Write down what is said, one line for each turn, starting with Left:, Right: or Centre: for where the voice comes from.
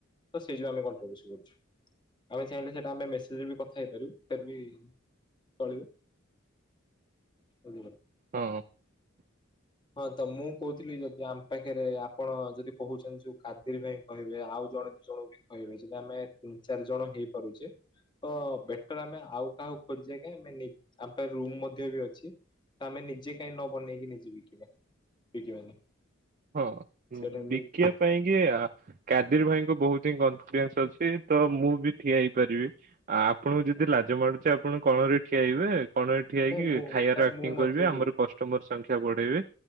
Left: ତ ସେଇ ଯୋଉ ଆମେ ଆମେ କନ୍ତ୍ରିଭର୍ସି କରିଚୁ। ଆମେ ଚାହିଁଲେ ଆମେ ସେଇଟା ମେସେଜରେ କଥା ହେଇପାରିବୁ। ଫିର୍ ଭି ଚଳିବ। <unintelligible>
Right: ହଁ। <inaudible>
Left: ହଁ, ତ ମୁଁ କହୁଥିଲି ଯଦି ଆମ ପାଖରେ ଆପଣ ଯଦି କହୁଛନ୍ତି ଯୋଉ କାଦିର ଭାଇ କହିବେ ଆଉ ଜଣେ ଦିଇ ଜଣଙ୍କୁ ବି କହିବେ ଯଦି ଆମେ ତିନି ଚାରି ଜଣ ହେଇପାରୁଛେ ତ ବେଟର ଆମେ ଆଉ କାହାକୁ ଖୋଜିଆ କାଇଁ ଆମ ପାଖରେ ରୁମ୍ ମଧ୍ୟ ବି ଅଛି। ଆମେ ନିଜେ କାଇଁ ନ ବନେଇକି ନିଜେ ବିକିବା। ବିକିବାନି।
Right: ହଁ,
Left: ସେଇଟା ବି
Right: ବିକିବା ପାଇଁକି ଆ କାଦିର ଭାଇଙ୍କ ବହୁତ ହିଁ କନଫିଡିନ୍ସ ଅଛି। ତ ମୁଁ ବି ଠିଆ ହେଇପାରିବି। ଆଉ ଆପଣଙ୍କୁ ଯଦି
Left: ଆଜ୍ଞା
Right: ଲାଜ ମାଡୁଛି ଆପଣ କଣରେ ଠିଆହେବେ। କଣରେ ଠିଆ ହେଇକି
Left: ନାଇଁ ମୁଁ
Right: ଖାଇବାର
Left: ନାଇଁ
Right: ଏକ୍ଟିଙ୍ଗ
Left: ମୁଁ ମଧ୍ୟ
Right: କରିବେ। ଆମର
Left: ବି
Right: କଷ୍ଟମର ସଂଖ୍ୟା ବଢେଇବେ।